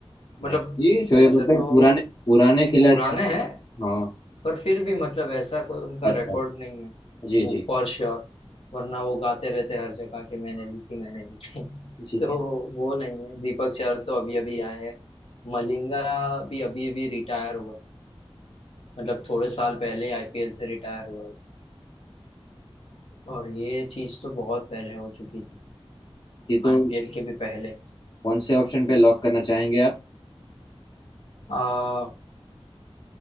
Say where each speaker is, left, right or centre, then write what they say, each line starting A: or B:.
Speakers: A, on the left; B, on the left.
A: मतलब
B: नहीं जी शोएब
A: वैसे
B: अख्तर
A: तो
B: पुराने पुराने खिलाड़ी
A: पुराने
B: हैं।
A: हैं
B: हाँ
A: पर फिर भी मतलब ऐसा कोई उनका
B: अच्छा
A: रिकॉर्ड नहीं है
B: जी
A: वो
B: जी
A: फॉर श्योर वरना वो गाते रहते हर जगह कि मैंने ली थी मैंने ली थी <laughs>
B: जी
A: तो
B: जी
A: वो नहीं है दीपक चार तो अभी अभी आए हैं मलिंगा भी अभी अभी रिटायर हुआ मतलब थोड़े साल पहले आईपीएल से रिटायर हुआ वो और ये चीज तो बहुत पहले हो चुकी थी
B: जी, तो
A: आईपीएल के भी पहले
B: कौन से ऑप्शन पे लॉक करना चाहेंगे आप
A: आ,